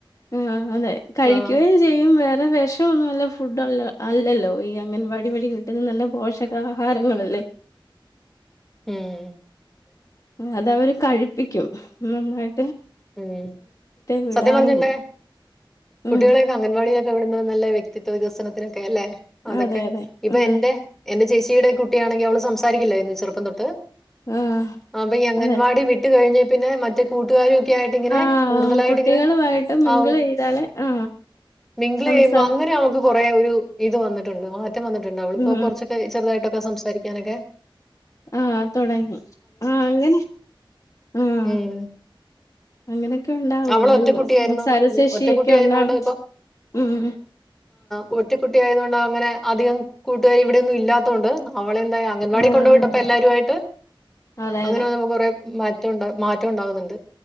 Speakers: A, on the left; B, in the centre.
A: ആ അതെ കഴിക്കുകയും
B: ആഹ്
A: ചെയ്യും വേറെ വെഷംന്നുമല്ല ഫുഡ് ഫുഡ് അല്ലല്ലോ ഈ അംഗൻവാടി വഴി കിട്ടുന്ന നല്ല പോഷകാഹാരങ്ങളല്ലേ
B: ഹും
A: അത അവര് കഴിപ്പിക്കും നന്നായി
B: ഉം
A: വിടാറുള്ളൂ.
B: സത്യം പറഞ്ഞിണ്ടേ
A: ഉം.
B: കുട്ടികളക്കെ അംഗൻവാടിയിലാ ക്ക അവിടന്ന് നല്ല വ്യക്തിത്വ വികസനത്തിനൊക്കെ അല്ലെ. അതൊക്കെ
A: അതെ, അതെ.
B: ഇപ്പ
A: അതെ.
B: എൻറെ എന്റെ ചേച്ചി ച്ചിയുടെ കുട്ടിയാണെങ്കിൽ അവള് സംസാരിക്കില്ലായിരുന്നു ചെറുപ്പം തൊട്ട്
A: ആ.
B: അപ്പൊ ഈ അംഗൻവാടി
A: അതെ.
B: വിട്ട് കഴിഞ്ഞ് പിന്നെ മറ്റേ കൂട്ടുകാരും ക്കെയായിട്ട് ഇങ്ങനെ
A: ആ,
B: കൂടുതലായിട്ട്
A: കുട്ടികളുമായിട്ട്
B: ഇങ്ങനെ
A: മിങ്കിൾ
B: ആ ഒരു
A: ചെയ്താലേ ആ,
B: മിംഗിൾ
A: സംസാരം
B: ചെയ്യുമ്പോ അങ്ങനെ അവക്ക് പ്പം കുറേ ഒരു ഇത് വന്നിട്ടുണ്ട് മാ റ്റം വന്നിട്ടുണ്ട് അവളിപ്പോ
A: മ്ഹ്.
B: കൊറച്ചോക്കെ ചെറുതായിട്ടൊക്കെ സംസാരിക്കാനൊക്കെ
A: ആഹ് തുടങ്ങി ആ അങ്ങനെ ആഹ്.
B: ഉം
A: അങ്ങനൊക്കെ ഉണ്ടാവും
B: അവള്
A: ഒരു
B: ഒറ്റക്കുട്ടിയായിരുന്നു
A: സംസാര ശേഷിയൊക്കെ
B: ഒറ്റക്കുട്ടിയായിരുന്നോണ്ട്
A: ഉണ്ടാവും ഉം.
B: കൊറ്റക്കുട്ടി ആയത് കൊണ്ട് അങ്ങനെ അധികം കൂട്ടുകാര് ഇവിടെയൊന്നും ഇല്ലാത്തോണ്ട് അവളെ എന്തായി അംഗൻവാടി
A: ആ,
B: കൊണ്ട്
A: അതെ,
B: വിട്ടപ്പോ
A: അതെ.
B: എല്ലാരു വായിട്ട്
A: അതെ,
B: അങ്ങനെ
A: അതെ.
B: കൊറേ മാറ്റവുണ്ട്. മാറ്റം ഉണ്ടാകുന്നുണ്ട്